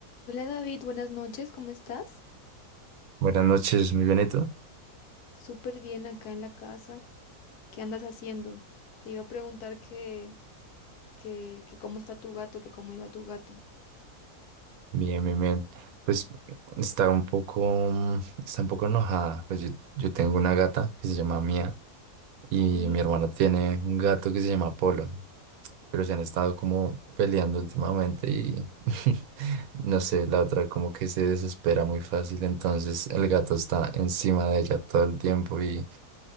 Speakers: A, on the left (about 75°); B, on the right (about 70°).
A: Hola David, buenas noches, ¿cómo estás?
B: Buenas noches, mi Benito.
A: Súper bien acá en la casa. ¿Qué andas haciendo? Te iba a preguntar que, que, que cómo está tu gato, que cómo iba tu gato.
B: Bien, bien, bien. Pues está un poco, mm, está un poco enojada. Pues yo, yo tengo una gata que se llama Mía y
A: Sí,
B: mi hermano tiene un gato que se llama Polo, pero se han estado como peleando últimamente y <laughs> no sé, la otra como que se desespera muy fácil, entonces el gato está encima de ella todo el tiempo y